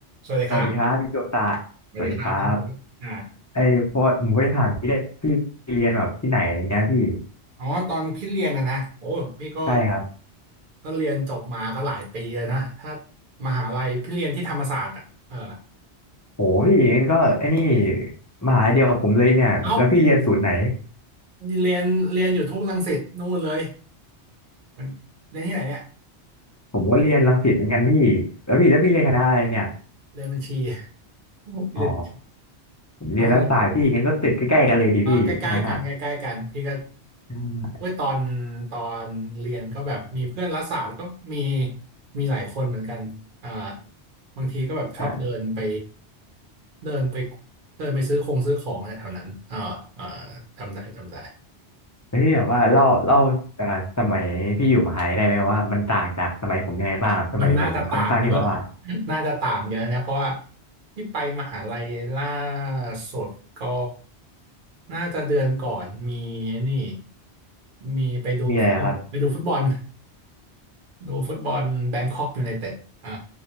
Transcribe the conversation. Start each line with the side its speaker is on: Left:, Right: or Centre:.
Right: สวัสดีครับ
Left: สวัสดีครับพี่โจตะ
Right: สวัสดีครับพี่เลิฟอ่า
Left: สวัสดีครับไอ้พอผมก็จะถามพี่เนี่ยพี่เรียนแบบที่ไหนอะไรเงี้ยพี่
Right: อ๋อตอนพี่เรียนนะนะโอ้พี่ก็
Left: ใช่ครับ
Right: ก็เรียนจบมาก็หลายปีเลยนะถ้ามหาลัยพี่เรียนที่ธรรมศาสตร์อ่ะเออ
Left: โหพี่งั้นก็ไอ้นี่มหาลัยเดียวกับผมเลยเนี่ยแล้วพี่เรียนศูนย์ไหน
Right: เอ้าเรียนเรียนอยู่ทุ่งรังสิตนู่นเลยมันเรียนที่ไหนเนี่ย
Left: ผมก็เรียนรังสิตเหมือนกันพี่แล้วพี่แล้วพี่เรียนคณะอะไรเนี่ย
Right: เรียนบัญชี <laughs> พี่เรียนบัญชี
Left: อ๋อผมเรียนแล้วศาสตร์พี่งั้นก็ติดใกล้ๆกันเลยดีพี่ทั้งนั้นอ่ะ
Right: น้องเรียน ก็ใกล้ๆกันใกล้ๆกันพี่ก็
Left: อืม
Right: เมื่อตอนตอนเรียนก็แบบมีเพื่อนรัฐศาสตร์ก็มีมีหลายคนเหมือนกันอ่าบางทีก็แบบชอบเดินไป
Left: อ่ะ
Right: เดินไปเดินไปซื้อคงซื้อของอะไรแถวนั้นอ่าอ่าจำได้จำได้
Left: เฮ้ยแบบว่าเล่าเล่าอ่าสมัยพี่อยู่มหาลัยได้ไหมว่ามันต่างจากสมัยผมยังไงบ้างสมัยผมมันค่อนข้างที่แบบว่า
Right: มันน่าจะต่างเยอะ <laughs> น่าจะต่างเยอะนะเพราะว่าที่ไปมหาลัยล่าสุดก็น่าจะเดือนก่อนมีนี่มีไปดู
Left: มีอะไรนะครับ
Right: ไปดูฟุตบอล ดูฟุตบอลแบงคอกยูไนเต็ดอ่า